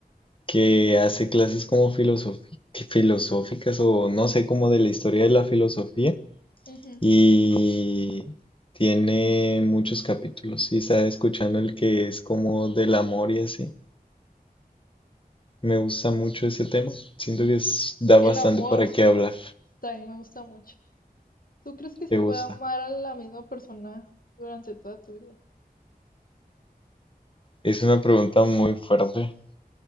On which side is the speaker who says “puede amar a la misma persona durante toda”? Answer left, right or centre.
Left